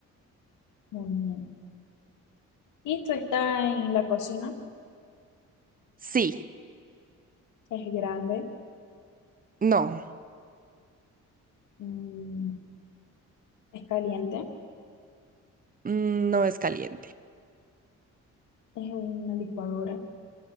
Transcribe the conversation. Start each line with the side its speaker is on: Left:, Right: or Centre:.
Left: Muy bien. Esto está en la cocina.
Right: Sí,
Left: Es grande,
Right: no,
Left: mm, es caliente,
Right: mm, no es caliente.
Left: es una licuadora,